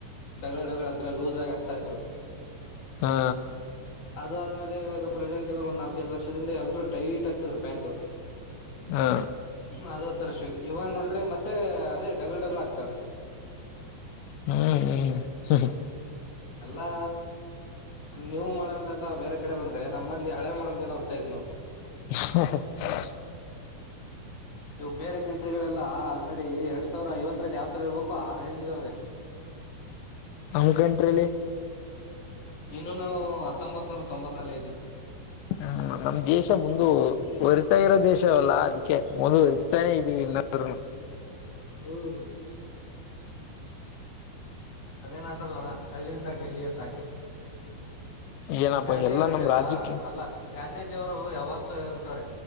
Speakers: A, on the left; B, on the left.
A: ಡಗಲ್ ಡಗಲ್ ಅಂದ್ರೆ ಲೂಸ್ ಆಗಿ ಆಗ್ತಾ ಇದ್ರು.
B: ಹಾ
A: ಅದು ಆದ್ಮೇಲೆ ಇವಾಗ ಪ್ರೆಸೆಂಟ್ ಇವಾಗ ಒಂದ ನಾಲ್ಕೈದು ವರ್ಷದಿಂದ ಎಲ್ರು ಟೈಟ್ ಆಕ್ತ ಇದ್ರು ಪ್ಯಾಂಟ್.
B: ಹಾ
A: ಅದು ಒಂತರ ಶೋಕಿ ಇವಾಗ ನೋಡಿದ್ರೆ ಮತ್ತೆ ಅದೇ ಡಗಲ್ ಡಗಲ್ ಆಕ್ತಾವ್ರೇ.
B: ಹ್ಮ ಹ್ಮ
A: ಎಲ್ಲಾ ನ್ಯೂ ಮಾಡೋಲ್ ಎಲ್ಲ ಬೇರೆ ಕಡೆ ಬಂದ್ರೆ ನಮ್ಮಲ್ಲಿ ಹಳೆ ಮಾಡಲ್ಗೆಲ್ಲ ಹೋಗತ ಇದೀವಿ ನಾವು
B: ಹ <inaudible>
A: ಇವು ಬೇರೆ ಕಂಟ್ರಿಗಳೆಲ್ಲ ಆಲ್ರೆಡಿ ಎರಡ್ ಸಾವಿರ ಐವತ್ತರಲ್ಲಿ ಯಾವ ತರ ಇರ್ಬೇಕು ಆ ರೇಂಜ್ ಗ ಅವ್ರೆ
B: ಹಂಗಟ್ರಲಿ
A: ಇನ್ನು ನಾವು ಹತ್ತೊಂಬತ್ ನೂರ ತೊಂಬತ್ತರಲ್ಲೇ ಇದ್ದೀವಿ.
B: ಹ್ಮ್ ನಮ್ ದೇಶ ಮುಂದು ಹೊರಿತಾ ಇರೋ ದೇಶವಲ್ಲ ಅದಕ್ಕೆ ಒರಿತಾನೆ ಇದೀವಿ ಇನ್ನಾದ್ನು
A: ಹ್ಮ್ ಅದೇನ ಅಂತಾರಲ್ಲ ಅಣ್ಣ ಹಳ್ಳಿಯಿಂದ ಡೆಲ್ಲಿ ಅಂತ ಹಾಕಿ
B: ಏನಪ್ಪಾ
A: ಗಾಂಧಿಯ
B: ಎಲ್ಲಾ
A: ಅವರು ಹೇಳಿಲ್ವಾ
B: ನಮ್ ರಾಜ್ಯಕ್ಕೆ
A: ಅಲ್ಲ ಗಾಂಧೀಜಿಯ ಅವರು ಯಾವತ್ತು ಹೇಳ್ಬಿಟ್ಟ್ರೆ.